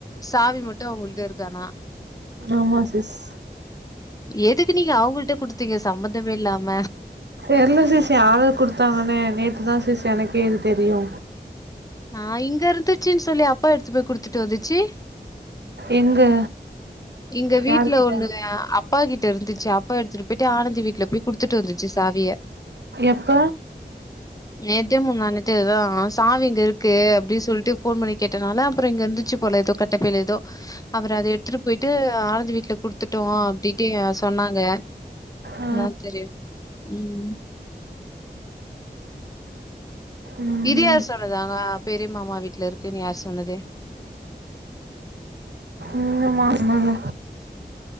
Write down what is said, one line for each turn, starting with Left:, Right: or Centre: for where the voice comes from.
Left: சாவி மட்டு அவங்கள்ட்ட இருக்கு ஆனா
Right: ஆமா சிஸ்
Left: எதுக்கு நீங்க அவுங்கள்ட்ட குடுத்தீங்க சம்பந்தமே இல்லாம
Right: தெர்ல சிஸ் யாரு குடுத்தாங்கன்னே நேத்து தா சிஸ் எனக்கே இது தெரியு
Left: ஆ இங்க இருந்துச்சின்னு சொல்லி அப்பா எடுத்து போய் குடுத்துட்டு வந்துச்சு
Right: எங்க
Left: எங்க வீட்ல
Right: யார்கிட்ட
Left: ஒண்ணு அப்பா கிட்ட இருந்துச்சு அப் அப்பா எடுத்துட்டு போயிட்டு ஆனந்தி வீட்ல போய் குடுத்துட்டு வந்துச்சு சாவிய
Right: எப்ப
Left: நேத்தே முன்னானேத்தேதா சாவி இங்க இருக்கு அப்டி சொல்ட்டு ஃபோன் பண்ணி கேட்டனால அப்பறோ இங்க இருந்துச்சு போல ஏதோ கட்டப்பைல ஏதோ அப்பறோ அத எடு போயிட்டு ஆனந்தி வீட்ல குடுத்துட்டோ அப்டின்ட்டே சொன்னாங்க
Right: ஆ,
Left: என்னா தெரில ம்
Right: ம்,
Left: இது யார் சொன்னதாங்க பெரிய மாமா வீட்ல இருக்குன்னு யாரு சொன்னது
Right: இந்த மா சொன்னாங்க